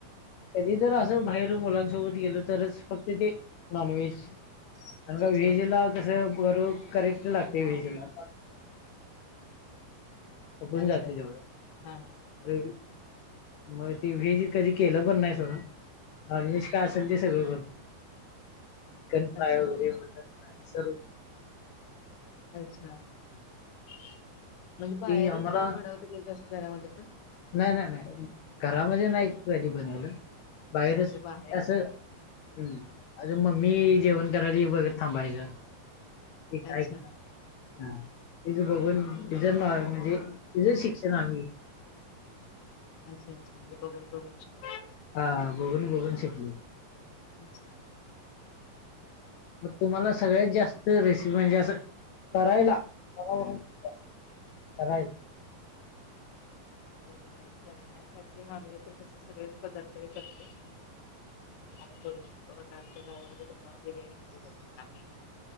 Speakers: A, on the left (about 85°); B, on the left (about 65°).
A: कधी तर अस बाहेर मुलांसोबत गेलो तरच फक्त ते नॉन व्हेज आणि
B: अच्छा
A: व्हेजला कस बर करेक्ट लागते व्हेजला खपूण
B: अच्छा
A: जाते
B: अच्छा
A: तेवढ
B: हा हा हा.
A: मग ते व्हेज कधी केल पण नाही सोडा नॉन व्हेज काय असेल ते सगळ पण चिकन फ्राय
B: अच्छा
A: वगैरे मटन फ्राय सर्व
B: अच्छा म्हणजे बाहेरच
A: ती आम्हाला
B: बनवंत एकदाच घरामध्ये पण
A: नाही नाही नाही घरामध्ये नाही कधी बनवलं. बाहेरच
B: असं जे बाहेरच
A: असं
B: जसं
A: ह्
B: की हा
A: अजून मग मी जेवण करायला बघत थांबायचं कि काय
B: अच्छा
A: कर हा तिचं बघून तिचं म्हणजे तिझं शिक्षण आम्ही
B: अच्छा अच्छा म्हणजे बघून बघून शिकले.
A: हा बघून बघून शिकलं.
B: अच्छा!
A: मग तुम्हाला सगळ्यात जास्त रेसिपी म्हणजे असं. करायला मला करायला.
B: अ करण्यासाठी मानले तर कसे सगळेच पदार्थ व करते. आपण करू शकतो आता आमच्या घरामध्ये कसं बिर्याणी खाल्ली जाते तर आम्ही.